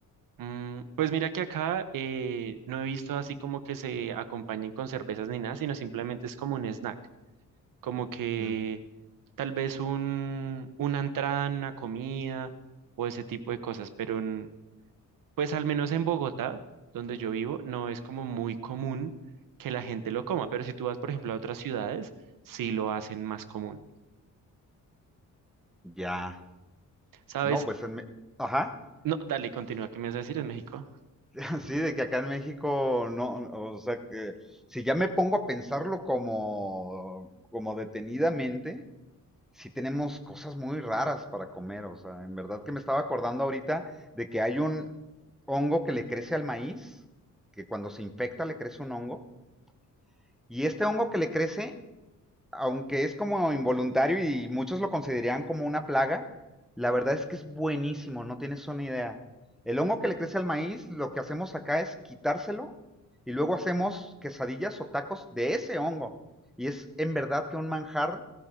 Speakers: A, on the right; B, in the centre.
A: Mm, pues mira que acá eh, no he visto así como que se acompañen con cervezas ni nada, sino simplemente es como un snack, como que
B: Mm,
A: tal vez un, una entrada en una comida o ese tipo de cosas, pero en- pues al menos en Bogotá, donde yo vivo, no es como muy común que la gente lo coma, pero si tú vas, por ejemplo, a otras ciudades, sí lo hacen más común.
B: ya.
A: ¿Sabes?
B: No, pues, en me- ajá.
A: No, dale, continúa. ¿Qué me vas a decir en México?
B: <laughs> Sí, de que acá en México no, o sea, que si ya me pongo a pensarlo como, como detenidamente, sí tenemos cosas muy raras para comer, o sea, en verdad que me estaba acordando ahorita de que hay un hongo que le crece al maíz, que cuando se infecta le crece un hongo, y este hongo que le crece aunque es como involuntario y muchos lo consideran como una plaga, la verdad es que es buenísimo, no tienes una idea. El hongo que le crece al maíz, lo que hacemos acá es quitárselo y luego hacemos quesadillas o tacos de ese hongo. Y es en verdad que un manjar